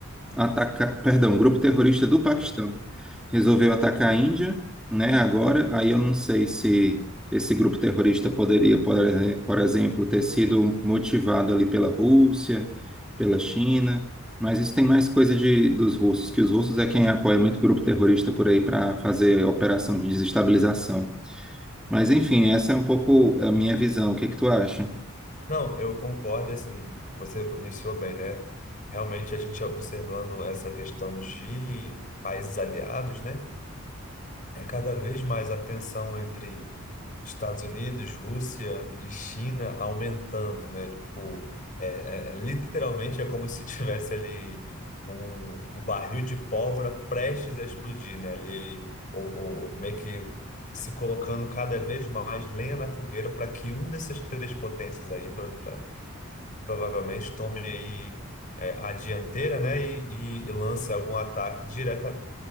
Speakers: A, in the centre; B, on the left.
A: atacar, perdão, um grupo terrorista do Paquistão
B: uhum.
A: resolveu atacar a Índia, né? Agora, aí eu não sei se esse grupo terrorista poderia, por exe- por exemplo, ter sido motivado ali pela Rússia, pela China, mas isso tem mais coisa de, dos russos, que os russos é quem apoia muito grupo terrorista por aí para fazer operação de desestabilização. Mas enfim, essa é um pouco a minha visão. O que que tu acha?
B: Não, eu concordo, e, assim, você iniciou bem, né? Realmente a gente observando essa questão de países aliados, né? É cada vez mais a tensão entre Estados Unidos, Rússia e China aumentando, né? Tipo, é, é- é, literalmente é como se <laughs> tivesse ali um, o barril de pólvora prestes a explodir, né? Ali, o o- meio que se colocando cada vez mais lenha na fogueira para que um dessas três potências aí pra, pra- provavelmente tome aí é, a dianteira, né? E, e- e lance algum ataque direta,